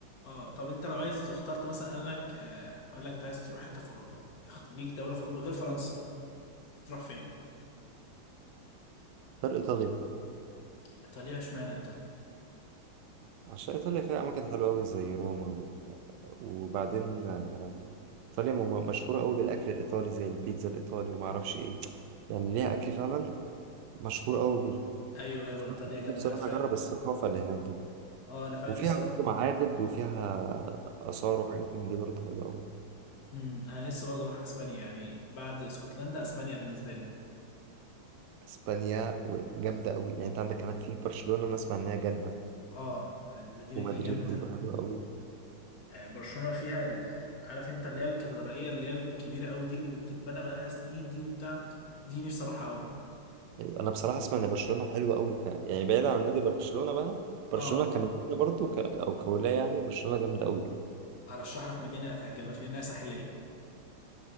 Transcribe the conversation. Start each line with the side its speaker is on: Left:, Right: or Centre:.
Left: اه طب انت لو عايز اخترت مثلا قال لك آه قال لك انت عايز تروح حته في اوروبا اخت- ليك دوله في اوروبا غير فرنسا تروح فين؟
Right: غير إيطاليا
Left: ايطاليا اشمعنى ايطاليا؟
Right: عشان إيطاليا فيها أماكن حلوة أوي زي روما و... وبعدين إيطاليا م- مشهورة أوي بالأكل الإيطالي زي البيتزا الإيطالي ومعرفش إيه يعني ليها أكل فعلا مشهور أوي بيه
Left: ايوه ايوه
Right: فأنا
Left: ايطاليا جامده
Right: نفسي
Left: انا
Right: أروح
Left: فا
Right: أجرب الثقافة اللي هناك دي
Left: اه انا فعلا
Right: وفيها
Left: نفسي اروح
Right: برضه معابد وفيها آثار وحاجات من دي برضه حلوة أوي
Left: امم انا لسه برضه اروح اسبانيا يعني بعد اسكتلندا اسبانيا بالنسبه لي
Right: إسبانيا جامدة أوي يعني أنت عندك هناك في برشلونة أنا أسمع إنها جنة
Left: اه المدينه
Right: ومدريد
Left: دي جامده
Right: برضه حلوة أوي
Left: آه، برشلونه فيها ال- عارف انت اللي هي الكاتدرائيه اللي هي الكبيره قوي دي اللي بتتبنى بقالها سنين دي وبتاع دي نفسي اروحها قوي
Right: أيوة، أنا بصراحة أسمع إن برشلونة حلوة أوي ك... يعني بعيدا عن نادي برشلونة بقى برشلونة
Left: اه
Right: كمدينة برضه ك... أو كولاية يعني برشلونة جامدة أوي
Left: ارشح لك مدينه هتعجبك لانها ساحليه